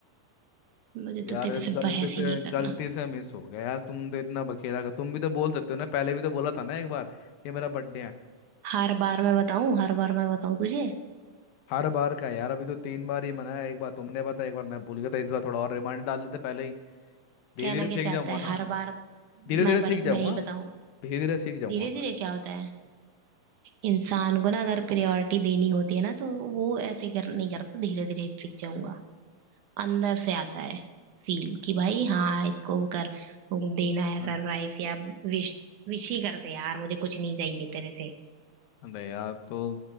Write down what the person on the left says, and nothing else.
यार
गलती
से
गलती से मिस हो गया यार तुम तो इतना बखेड़ा कर तुम भी तो बोल सकते हो ना पहले भी तो बोला था ना एक बार कि मेरा बर्थडे है
हर बार का है यार अभी तो तीन बार ही मनाया एक बार तुमने बताया एक बार मैं भूल गया था इस बार थोड़ा और रिमाइंडर डाल देते पहले ही धीरे
धीरे
सीख
जाऊंगा
ना
धीरे धीरे सीख
जाऊंगा
धीरे धीरे सीख जाऊंगा
मैं।
अरे यार तो